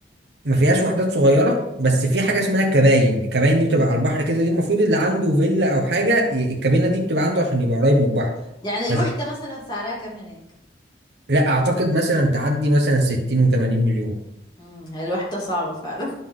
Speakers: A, on the right; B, on the left.
A: ما فيهاش وحدات صغيرة بس في حاجة
B: امم
A: اسمها كباين الكباين دي بتبقى على البحر كده دي المفروض اللي عنده فيلا أو حاجة ي- الكابينة دي بتبقى عنده عشان يبقى قريب من البحر
B: يعني الوحدة
A: بس
B: مثلا سعرها كام هناك
A: لا أعتقد مثلا تعدي مثلا 60 و80 مليون
B: امم هي الوحدة صعبة فعلا